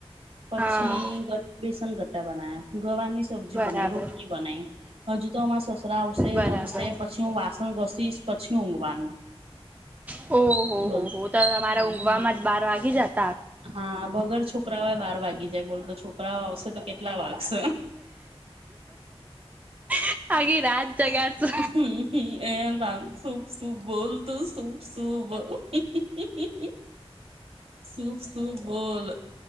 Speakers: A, on the right; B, on the right.
A: પછી
B: હા
A: બેસન ગટા બનાયા, ગવાની સબ્જી
B: બરાબર
A: બનાવી, રોટલી બનાવી. હજુ તો આમાં સસરા આવશે
B: બરાબર
A: જમશે પછી હું વાસણ ઘસીશ પછી ઊંઘવાનું.
B: ઓહ હો
A: બોલ
B: હો તો તમારે ઊંઘવામાં
A: હા
B: જ બાર વાગી જાત.
A: હા વગર છોકરાઓ બાર વાગી જાય બોલ તો છોકરાઓ આવશે તો કેટલા વાગશે.
B: <unintelligible>
A: <unintelligible>
B: જગાડશો
A: શું બોલ તું શું શું શુભ શુભ બોલ